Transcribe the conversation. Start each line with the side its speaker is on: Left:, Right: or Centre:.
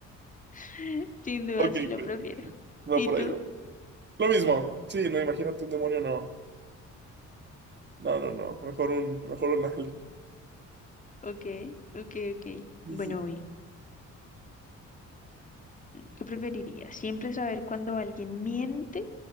Left: <laughs> Sin duda,
Right: Ok,
Left: sí lo
Right: pues,
Left: prefiero.
Right: ok. Va
Left: ¿Y
Right: por
Left: tú?
Right: ahí. va. Lo mismo. Sí, no, imagínate un demonio, no. No, no, no. Mejor un, mejor un Ale.
Left: Ok, ok, ok.
Right: Dice,
Left: Bueno, hoy. ¿qué preferirías? ¿Siempre saber cuando alguien miente